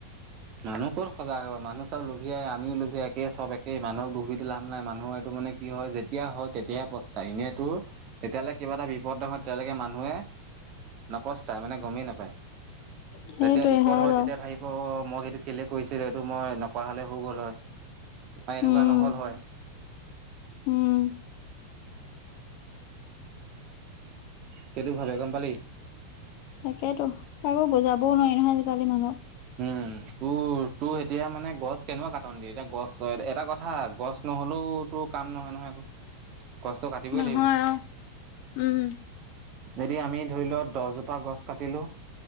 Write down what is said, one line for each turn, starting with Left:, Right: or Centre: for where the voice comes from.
Right: মানুহ ক' ত সজাগ হ'ব, মানুহ চব লভিয়াই আমি লোভিয়াই একেই চব লুভিয়া আমি লুভিয়া একেই চব একেই মানুহক দুখি দি পেলায় লাভ নাই মানুহৰ এইটো মানে কি হয়, যেতিয়া হয় তেয়াহে প্ৰশ্ন তাই এনেইতো যেতিয়ালে কিবা এটা বিপদ নহয় তেতিয়ালৈকে মানুহে নাপচতাই মানে গমেই নাপায়,
Left: সেইটোৱে
Right: যেতিয়া বিপদ হয়
Left: বাৰু
Right: তেতিয়া ভাবিব মই এইটো কেলে কৰিছিলে এইটো মই নকোৱা হ'লে হৈ গ'ল হয় বা এনেকুৱা
Left: উম
Right: নহ'ল হয়।
Left: উম,
Right: সেইটো ভাবে গম পালি।
Left: তাকেতো কাৰো বুজাবও নোৱাৰি নহয় আজিকালি মানুহক।
Right: উম, তোৰ তোৰ এতিয়া মানে গছ কেনেকুৱা কাটন দিয়ে, এতিয়া গছ, এটা কথা গছ নহ'লেও তোৰ কাম নহয়-নহয় আকো। গছটো কাটিবই
Left: নহয়
Right: লাগিব।
Left: অ উম
Right: যদি আমি ধৰিলওঁ দহজোপা গছ কাটিলোঁ